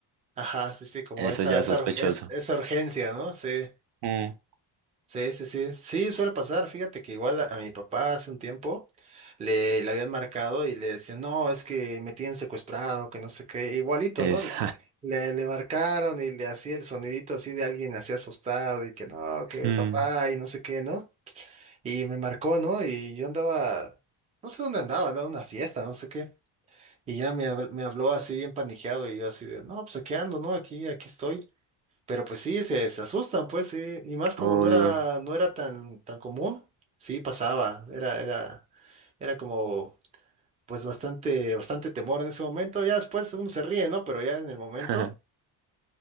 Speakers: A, on the right; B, on the right.
A: Ajá, sí, sí, como
B: Eso
A: esa,
B: ya
A: esa,
B: es sospechoso.
A: ur- es- esa urgencia, ¿no? Sí,
B: Mm.
A: sí, sí, sí. Sí, suele pasar. Fíjate que igual a, a mi papá hace un tiempo le, le habían marcado y le decían, no, es que me tienen secuestrado, que no sé qué. Igualito,
B: Es,
A: ¿no? Le, le marcaron y le hacía el sonidito así de alguien así asustado y que no, que
B: <laughs> Mm,
A: papá y no sé qué, ¿no? Y me marcó, ¿no? Y yo andaba, no sé dónde andaba, andaba en una fiesta, no sé qué. Y ya me, habl- me habló así bien paniqueado y yo así de, no, pues aquí ando, ¿no? Aquí, aquí estoy. Pero pues sí, se, se asustan, pues sí. Y más como
B: obvio.
A: no era, no era tan, tan común, sí pasaba. Era, era, era como, pues bastante, bastante temor en ese momento. Ya después uno se ríe, ¿no? Pero ya en el momento.
B: <laughs>